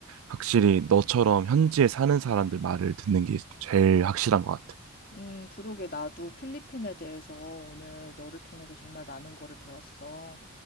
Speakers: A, on the right; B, on the left.
A: 확실히 너처럼 현지에 사는 사람들 말을 듣는 게 제일 확실한 것 같아.
B: 음 그러게 나도 필리핀에 대해서 오늘 너를 통해서 정말 많은 거를 배웠어.